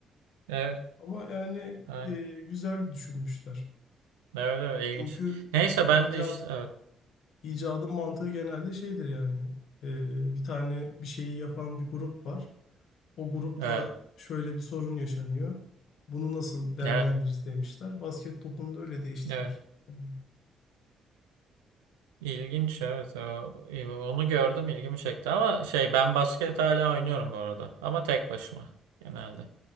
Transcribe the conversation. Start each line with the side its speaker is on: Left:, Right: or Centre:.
Right: Evet.
Left: Ama yani
Right: Aynen.
Left: e, güzel düşünmüşler.
Right: Evet evet ilginç.
Left: Çünkü
Right: Neyse
Left: hani
Right: ben
Left: icat
Right: de işte evet.
Left: icadın mantığı genelde şeydir yani e, bir tane bir şeyi yapan bir grup var. O grupla
Right: Evet.
Left: şöyle bir sorun yaşanıyor. Bunu nasıl değerlendiririz
Right: Evet.
Left: demişler. Basket topunu da öyle değiştirmiş.
Right: Evet.
Left: Yani.
Right: İlginç evet. O- Onu gördüm ilgimi çekti ama şey ben basket hala oynuyorum bu arada. Ama tek başıma genelde.